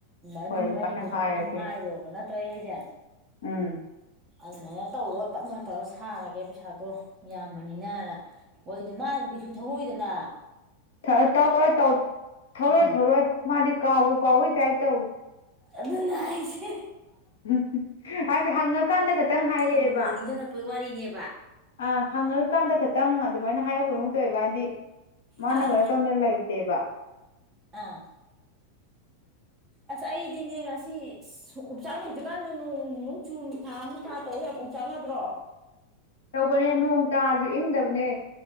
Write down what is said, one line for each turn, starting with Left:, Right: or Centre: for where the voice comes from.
Right: ꯑꯗꯨꯝ
Left: ꯍꯣꯏ ꯑꯗꯨꯃꯥꯏꯅ
Right: ꯋꯥꯔꯤꯗꯨꯗꯥ
Left: ꯍꯥꯏꯔꯒꯦ
Right: ꯑꯗꯨꯝ ꯍꯥꯏꯔꯣꯕ ꯅꯠꯇ꯭ꯔ ꯑꯩꯍꯥꯏ ꯌꯥ
Left: ꯎꯝ
Right: ꯑꯗꯨꯃꯥꯏꯅ ꯇꯧꯔꯣ ꯇꯞꯅ ꯇꯧꯔ ꯁꯥꯔꯒꯦ ꯄꯩꯁꯥꯗꯣ ꯌꯥꯝꯕꯅꯤꯅꯅ ꯍꯣꯏ ꯑꯗꯨ ꯃꯥꯅ ꯀꯩꯁꯨꯧ ꯇꯧꯔꯛꯏ ꯅꯥ
Left: ꯊꯥ ꯇꯧꯔꯣꯏ ꯇꯧ ꯊꯧꯔꯣꯏ
Right: ꯎꯝ
Left: ꯊꯧꯔꯣꯏ ꯃꯥꯗꯤ ꯀꯥꯎꯕꯨ ꯀꯥꯎꯕꯩ ꯇꯥꯌꯦꯞ ꯇꯥꯏ
Right: ꯑꯗꯨꯅꯥ ꯍꯥꯏꯁꯥ
Left: ꯎꯝ ꯍꯥꯏꯗꯤ ꯍꯉꯀꯥꯟꯗ ꯈꯇꯡ ꯍꯥꯏꯔꯛꯑꯦꯕ
Right: ꯍꯪꯉꯨꯕꯗ ꯅꯤꯡꯁꯤꯡꯉꯛꯄꯩ ꯋꯥꯔꯤꯅꯦꯕ
Left: ꯑ ꯍꯉꯀꯥꯟꯗ ꯈꯛꯇꯥꯡ ꯑꯗꯨꯃꯥꯏꯅ ꯍꯥꯏꯔꯛꯄ ꯒꯨꯝ ꯇꯧꯏꯕꯥ ꯍꯥꯏꯗꯤ ꯃꯥꯅ
Right: ꯑꯥ
Left: ꯀꯔꯤꯅꯣ ꯇꯧꯅ ꯂꯩꯇꯦꯕ
Right: ꯑꯥ ꯑꯁ ꯑꯩꯗꯤꯅꯦ ꯉꯁꯤ ꯎꯝꯆꯥꯛꯅꯕ ꯍꯧꯖꯤꯛꯀꯥꯟꯗ ꯅꯣꯡ ꯅꯣꯡꯆꯨ ꯅꯨꯡꯁꯥ ꯃꯨꯁꯥ ꯇꯧ ꯌꯥꯝ ꯎꯛꯆꯥꯛꯅꯗ꯭ꯔꯣ
Left: ꯇꯧꯕꯅꯦ ꯅꯣꯡ ꯇꯥꯔꯁꯨ ꯏꯡꯗꯕꯅꯦ